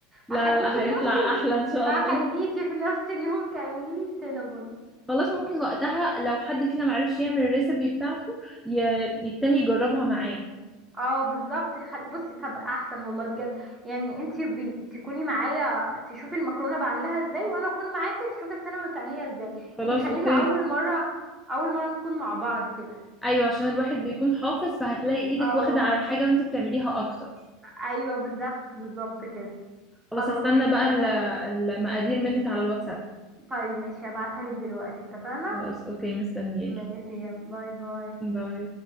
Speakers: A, in the centre; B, on the right.
A: لا
B: هخليكي
A: لا لا،
B: في
A: هيطلع
B: نفس ال...
A: احلى ان شاء
B: هخليكي
A: الله
B: في نفس اليوم تعملي لي سينابون
A: خلاص ممكن وقتها لو حد فينا معرفش يعمل الريسبي بتاعته ي- التاني يجربها معاه
B: اه بالظبط خل... بصي طب احسن والله بجد يعني انتي بي... تكوني معايا تشوفي المكرونه بعملها ازاي وانا اكون معاكي تشوفي السينابون بتعمليها ازاي
A: خلاص
B: يعني خلينا
A: اوكي
B: اول مره اول مره نكون مع بعض كده
A: ايوه عشان الواحد بيكون حافظ فهتلاقي ايدك
B: اه
A: واخده على الحاجه وانتي بتعمليها اكتر
B: ايوه بالظبط بالظبط كده خلاص
A: خلاص هستنى
B: ماشي اتفقنا
A: بقى ال- المقادير منك على الواتساب
B: طيب ماشي هبعتها لك دلوقتي اتفقنا
A: خلاص اوكي مستنياكي
B: ماشي يلا باي باي
A: باي